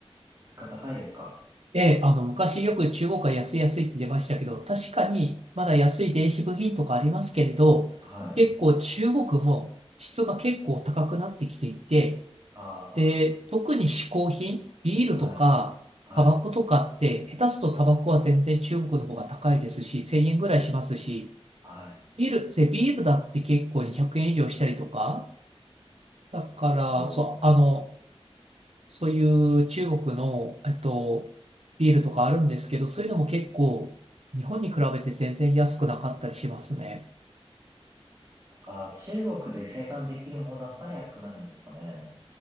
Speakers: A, on the right; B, on the right.
A: 物価高いですか
B: ええ、あの、昔よく中国は安い安いって出ましたけど、確かに、まだ安い電子部品とかありますけれど、
A: はい。
B: 結構中国も質が結構高くなってきていて、
A: あ
B: で、特に嗜好品、ビールとか、
A: あ、はい。はい。
B: タバコとかって、下手するとタバコは全然中国の方が高いですし、1000円ぐらいしますし、
A: はい。
B: ビール、せビールだって結構200円以上したりとか、だから、
A: そう。
B: そう、あの、そういう中国の、えっと、ビールとかあるんですけど、そういうのも結構、日本に比べて全然安くなかったりしますね。
A: あ、中国で生産できるものだったら安くなるんですかね。